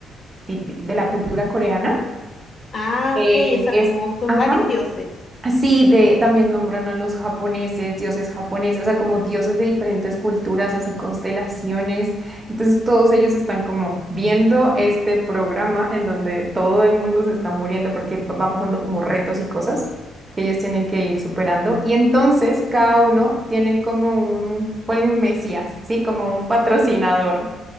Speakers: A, on the right; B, on the left.
A: típi- de la cultura coreana
B: Ah,
A: eh,
B: ok, o sea,
A: es,
B: como son
A: ajá,
B: varios dioses.
A: sí, de, también nombran a los japoneses, dioses japoneses, o sea, como dioses de diferentes culturas, así constelaciones. Entonces, todos ellos están como viendo este programa en donde todo el mundo se está muriendo porque p- van pasando como retos y cosas que ellos tienen que ir superando. Y entonces, cada uno tiene como un, ponle un mesías, ¿sí? Como un patrocinador.